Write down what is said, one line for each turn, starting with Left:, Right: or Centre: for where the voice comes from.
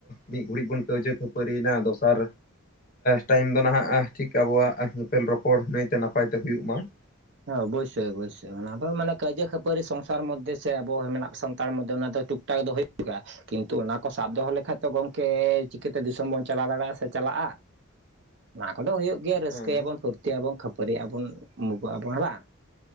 Left: ᱢᱤᱫ ᱜᱷᱟᱲᱤᱡ ᱵᱚᱱ ᱠᱟᱹᱭᱣᱡᱟᱹ ᱠᱷᱟᱹᱯᱟᱹᱨᱤᱭᱮᱱᱟ ᱫᱚᱥᱟᱨ ᱴᱟᱭᱤᱢ ᱫᱚ ᱱᱟᱦᱟᱜ ᱴᱷᱤᱠ ᱟᱵᱚᱣᱟᱜ ᱧᱮᱯᱮᱞ ᱨᱚᱯᱚᱲ ᱱᱟᱹᱭᱛᱮ ᱱᱟᱯᱟᱭ ᱛᱮ ᱦᱩᱭᱩᱜ ᱢᱟ ᱾
Right: ᱦᱮ ᱚᱵᱚᱥᱚᱭ ᱚᱵᱚᱥᱚᱭ ᱾ ᱚᱱᱟ ᱫᱚ ᱢᱟᱱᱮ ᱠᱟᱹᱭᱡᱟᱹ ᱠᱷᱟᱹᱯᱟᱹᱨᱤ ᱥᱚᱝᱥᱟᱨ ᱢᱚᱫᱽᱫᱷᱮ ᱥᱮ ᱟᱵᱚ ᱢᱮᱱᱟᱜ ᱵᱚ ᱥᱟᱱᱛᱟᱲ ᱢᱚᱫᱽᱫᱷᱮ ᱚᱱᱟ ᱫᱚ ᱴᱩᱠ ᱴᱟᱠ ᱫᱚ ᱦᱩᱭᱩᱜ ᱠᱟᱜᱼᱟ ᱠᱤᱱᱛᱩ ᱚᱱᱟ ᱠᱚ ᱥᱟᱵ ᱫᱚᱦᱚ ᱞᱮᱠᱷᱟᱡ ᱛᱚ ᱜᱚᱢᱠᱮ ᱪᱤᱠᱟᱹᱛᱮ ᱫᱤᱥᱚᱢ ᱵᱚᱱ ᱪᱟᱞᱟᱣ ᱫᱟᱲᱮᱭᱟᱜᱼᱟ ᱥᱮ ᱪᱟᱞᱟᱜᱼᱟ? ᱚᱱᱟ ᱠᱚᱫᱚ ᱦᱩᱭᱩᱜ ᱜᱮᱭᱟ ᱨᱟᱹᱥᱠᱟᱹᱭᱟᱵᱚᱱ
Left: ᱦᱮᱸ
Right: ᱯᱷᱚᱨᱛᱤ ᱟᱵᱚᱱ ᱠᱷᱟᱹᱯᱟᱹᱨᱤ ᱟᱵᱚᱱ ᱩᱢᱩᱜᱚᱜ ᱟᱵᱚᱱ ᱵᱟᱝ?